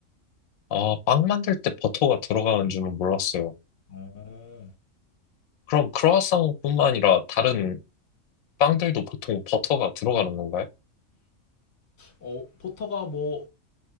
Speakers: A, on the left; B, on the left.
A: 아, 빵 만들 때 버터가 들어가는 줄은 몰랐어요.
B: 어,
A: 그럼 크루아상뿐만 아니라 다른 빵들도 보통 버터가 들어가는 건가요?
B: 어, 버터가 뭐